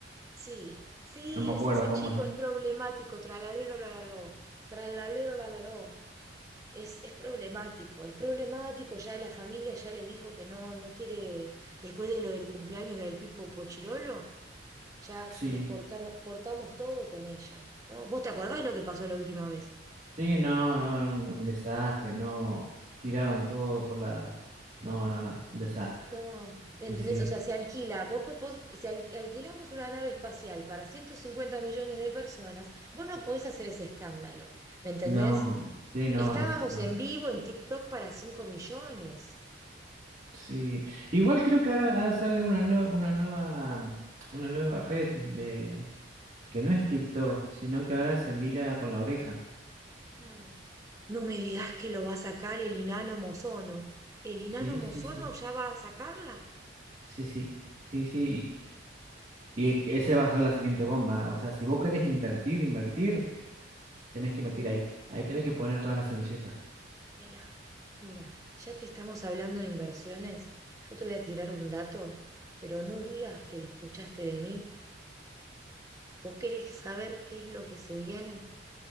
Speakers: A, on the right (about 15°); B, on the right (about 35°).
A: Sí, sí,
B: no me
A: es
B: acuerdo
A: ese
B: cómo
A: chico,
B: se...
A: es problemático, tralalero, lalaró, tralalero, lalaró. Es, es problemático, es problemático, ya la familia ya le dijo que no, no quiere, después de lo del cumpleaños del Pipo Pochirolo, ya s-
B: Sí,
A: le cortaron, cortamos todo con ella, ¿no? ¿Vos te acordás lo que pasó la última vez?
B: sí, no, no, no, un, un desastre, no, tiraron todo por la... No, no, no, un desastre.
A: No, ¿me
B: Sí,
A: entendés?
B: sí,
A: O sea, se alquila, vos, po- vos- si al- alquilamos una nave espacial para 150 millones de personas, vos no podés hacer ese escándalo, ¿me entendés?
B: no, sí, no,
A: Estábamos
B: ese, no.
A: en vivo en TikTok para 5 millones.
B: Sí, igual creo que ahora, ahora sale una, nue- una nueva, mm, una nueva red de. que no es TikTok, sino que ahora se mira con la oreja.
A: Ah. No me digas que lo va a sacar el inano mozono. ¿El inano
B: Sí,
A: mozono
B: sí, sí,
A: ya va a sacarla?
B: sí, sí, sí, sí, y, y ese va a ser la siguiente bomba. O sea, si vos querés invertir, invertir, tenés que invertir ahí. Ahí tenés que poner todas las servilletas.
A: Mira, mira, ya que estamos hablando de inversiones, yo te voy a tirar un dato, pero no digas que lo escuchaste de mí. ¿Vos querés saber qué es lo que se viene?